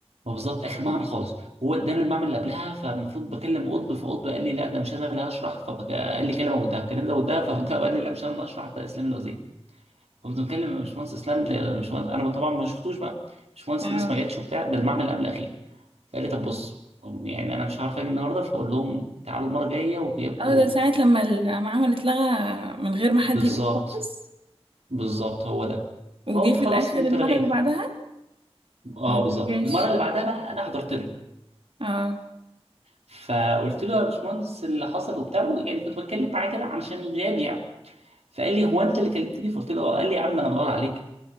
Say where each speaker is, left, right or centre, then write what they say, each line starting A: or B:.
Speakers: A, on the right; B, on the right.
A: هو بالظبط اخر معمل خالص هو ادانا المعمل اللي قبلها فالمفروض بكلم قطب فقطب قال لي لا ده مش انا اللي هشرح فقال لي كلمه ودها كلمه ده ودها فقطب قال لي لا مش انا اللي هشرح ده اسلام الوزير فكنت بكلم يا باشمهندس اسلام ده يا باشمهندس انا طبعا ما شفتوش بقى باشمهندس
B: اه
A: الناس ما جاتش وبتاع ده المعمل قبل الاخير فقال لي طب بص يعني انا مش عارف اجي النهارده فاقول لهم تعالوا المره الجايه وغيابكم
B: اه
A: و-
B: ده ساعة لما المعامل اتلغى من غير ما حد
A: بالظبط
B: يقول خالص
A: بالظبط هو ده
B: وجي
A: فقمت
B: في
A: خلاص
B: الاخر
A: قمت
B: المرة
A: لغيت
B: اللي بعدها
A: اه
B: ولا
A: بالظبط
B: ما جاش
A: المره اللي بعدها بقى انا حضرت له
B: اه
A: فقلت له يا باشمهندس اللي حصل وبتاع يعني كنت بتكلم معاه كده علشان الغياب يعني فقال لي هو انت اللي كلمتني فقلت له آه. قال لي يا عم انا بدور عليك